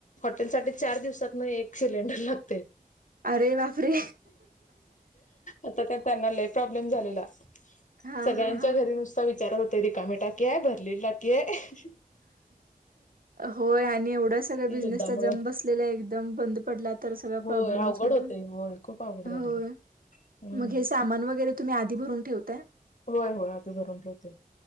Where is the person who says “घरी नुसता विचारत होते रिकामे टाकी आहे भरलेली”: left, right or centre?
Left